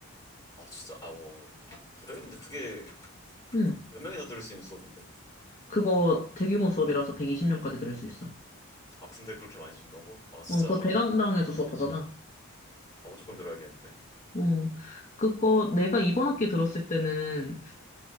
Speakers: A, on the left (about 15°); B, on the left (about 30°).
A: 아, 진짜? 아, 어. 그래? 근데 그게
B: 응.
A: 몇 명이나 들을 수 있는 수업인데?
B: 그거 대규모 수업이라서 120명까지 들을 수 있어.
A: 아, 근데 그렇게 많이 준다고? 아, 진짜.
B: 어, 그거 대강당에서 수업하잖아.
A: 아, 무조건 들어야겠는데?
B: 어, 그거 내가 이번 학기 들었을 때는